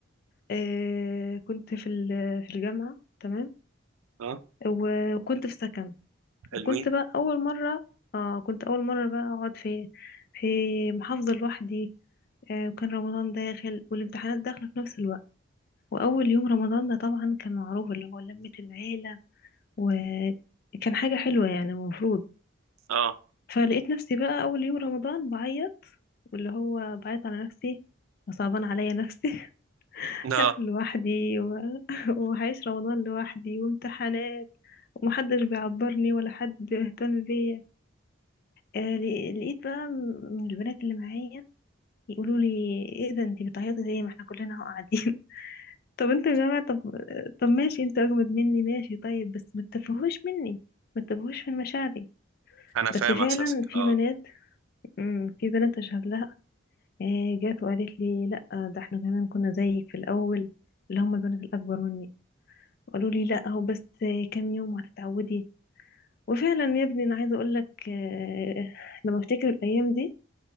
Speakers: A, on the left; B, on the right.
A: آه كنت في ال- في الجامعة تمام
B: اه
A: و- وكنت في سكن وكنت
B: حلوين
A: بقى أول مرة آه كنت أول مرة بقى أقعد في في محافظة لوحدي آه وكان رمضان داخل والامتحانات داخلة في نفس الوقت وأول يوم رمضان ده طبعا كان معروف اللي هو لمة العيلة وكان حاجة حلوة يعني المفروض
B: اه
A: فلقيت نفسي بقى أول يوم رمضان بعيط واللي هو بعيط على نفسي وصعبان عليا نفسي <laughs>
B: لا
A: هاكل لوحدي و... <laughs> وهعيش رمضان لوحدي وامتحانات ومحدش بيعبرني ولا حد بيهتم بيا آه ل- لقيت بقى من البنات اللي معايا يقولوا لي ايه ده انت بتعيطي ليه ما احنا كلنا اهو قاعدين <laughs> طب انتوا يا جماعه طب طب ماشي انتوا اجمد مني ماشي طيب بس ما تتفهوش مني ما تتفهوش في مشاعري
B: انا
A: بس
B: فاهم
A: فعلا
B: احساسك
A: في
B: اه
A: بنات مم، في بنات اشهد لها آه، جات وقالت لي لا ده احنا كمان كنا زيك في الاول اللي هم البنات الاكبر مني قالوا لي لا هو بس كام يوم وهتتعودي وفعلا يا ابني انا عايزه اقول لك آه، لما افتكر الايام دي